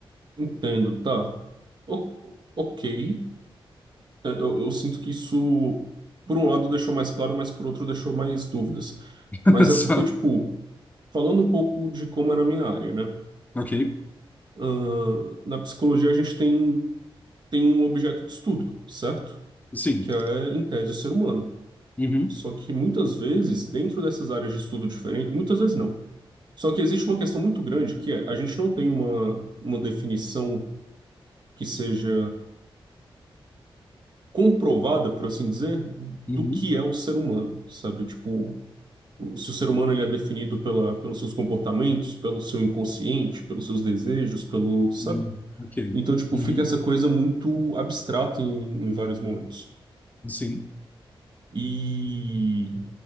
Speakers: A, on the right; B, on the left.
A: Entendo, tá. O- ok. É, eu, eu sinto que isso, por um lado, deixou mais claro, mas por outro, deixou mais dúvidas.
B: <laughs>
A: Mas
B: Só.
A: é porque, tipo, falando um pouco de como é na minha área, né?
B: Ok.
A: Ah, na psicologia a gente tem tem um objeto de estudo, certo?
B: Sim.
A: Que é, em tese, o ser humano.
B: Uhum.
A: Só que muitas vezes, dentro dessas áreas de estudo diferentes, muitas vezes não. Só que existe uma questão muito grande que é, a gente não tem uma, uma definição que seja comprovada, por assim dizer,
B: Uhum.
A: do que é o ser humano, sabe? Tipo, o- se o ser humano ele é definido pela, pelos seus comportamentos, pelo seu inconsciente, pelos seus desejos, pelo, sabe?
B: Uhum. Ok.
A: Então, tipo,
B: Uhum.
A: fica essa coisa muito abstrata em, em vários momentos.
B: Sim.
A: E,